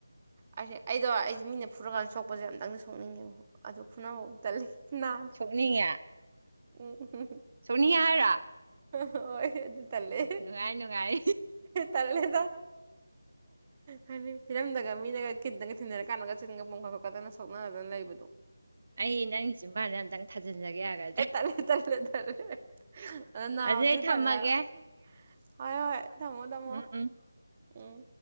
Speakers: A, on the right; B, on the right.
A: ꯑꯩꯁꯦ ꯑꯩꯗꯣ ꯑꯩꯁꯦ ꯃꯤꯅ ꯐꯨꯔꯀꯥꯟꯗ ꯁꯣꯛꯄꯁꯦ ꯑꯝꯇꯪꯗꯤ ꯁꯣꯛꯅꯤꯡꯉꯦ ꯑꯗꫭ ꯐꯨꯅꯕ ꯇꯜꯂꯤ ꯅꯥꯏ
B: <unintelligible>
A: <unintelligible>
B: ꯁꯣꯛꯅꯤꯡꯉꯦ ꯍꯥꯏꯔꯥ
A: ꯍꯣꯏ ꯑꯗꯨ ꯇꯜꯂꯦ
B: ꯅꯨꯡꯉꯥꯏ ꯅꯨꯡꯉꯥꯏ
A: ꯇꯜꯂꯦꯗ ꯍꯥꯏꯗꯤ ꯐꯤꯂꯝꯗꯒ ꯃꯤꯅꯒ ꯀꯤꯟꯗꯒ ꯊꯤꯟꯅꯔ ꯀꯥꯟꯗꯒ ꯆꯤꯟꯒ ꯄꯣꯝꯈꯠꯄꯠ ꯈꯛꯇꯅ ꯁꯣꯛꯅꯗꯅ ꯂꯩꯕꯗꯣ
B: ꯑꯩ ꯅꯪꯒꯤ ꯆꯤꯝꯕꯥꯟꯖꯤ ꯑꯝꯇꯪ ꯊꯥꯖꯤꯟꯖꯒꯦ ꯑꯒ
A: ꯑꯦ ꯇꯜꯂꯦ ꯇꯜꯂꯦ ꯇꯜꯂꯦ ꯑ ꯅꯥꯕꯗꯤ
B: ꯑꯗꯨꯗꯤ ꯑꯩ ꯊꯝꯃꯒꯦ
A: ꯇꯜꯂꯦꯍꯥꯕ ꯍꯣꯏ ꯍꯣꯏ ꯊꯝꯃꯣ ꯊꯝꯃꯣ
B: ꯎꯝ ꯎꯝ
A: ꯎꯝ